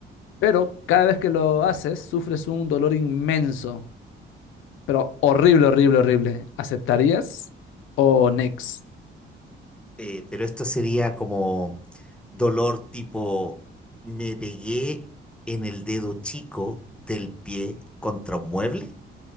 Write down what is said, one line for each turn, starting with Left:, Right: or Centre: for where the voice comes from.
Left: Pero cada vez que lo haces, sufres un dolor inmenso, pero horrible, horrible, horrible. ¿Aceptarías o next?
Centre: eh, pero esto sería como dolor tipo, me pegué en el dedo chico del pie contra un mueble